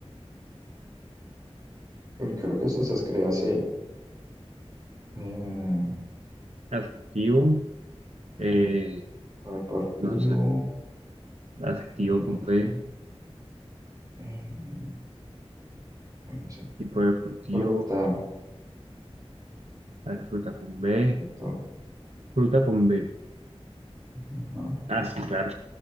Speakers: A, on the right; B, on the right.
A: Uy, creo que eso se escribe así. Eh,
B: adjetivo. eh,
A: deportivo.
B: No sé, adjetivo
A: eh,
B: con
A: eh,
B: B,
A: eh, eh, uy, no sé.
B: tipo deportivo,
A: Fruta.
B: a ver, fruta con B,
A: fruto,
B: fruta con B.
A: ajá.
B: Ah, sí, claro,